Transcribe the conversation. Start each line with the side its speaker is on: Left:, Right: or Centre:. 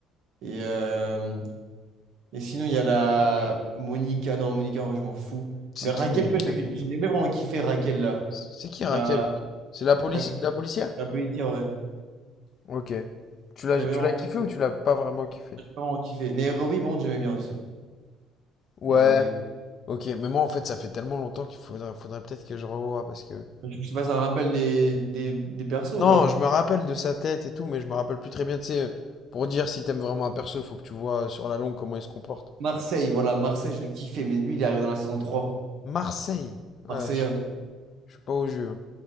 Right: Et. euh, Et sinon, il y a la Monica. Non, Monica, moi, je m'en fous.
Left: C'est
Right: Mais Raquel,
Left: qui, Monica?
Right: tu vois, j'ai j'ai jamais vraiment kiffé Raquel, là.
Left: C'est qui Raquel?
Right: La,
Left: C'est la police,
Right: Raquel,
Left: la policière?
Right: la policière, ouais.
Left: Ok. Tu l'as,
Right: J'ai jamais
Left: tu
Right: vraiment,
Left: l'as kiffé ou
Right: j'ai
Left: tu l'as pas vraiment kiffé?
Right: pas vraiment kiffé. Nairobi, bon, j'aimais bien aussi.
Left: Ouais.
Right: Nairobi.
Left: Ok, mais moi en fait ça fait tellement longtemps qu'il faudrait, faudrait peut-être que je revoie parce que.
Right: Je sais pas, ça me rappelle des, des, des persos,
Left: Non,
Right: ou pas
Left: je me rappelle de sa tête et tout, mais je me rappelle plus très bien. Tu sais, euh, pour dire si t'aimes vraiment un perso, faut que tu vois euh, sur la longue comment il se comporte.
Right: Marseille, voilà, Marseille, je le kiffais, mais lui, il est arrivé dans la saison trois
Left: Marseille. Ouais,
Right: Marseille,
Left: je je suis pas au jeu. hein.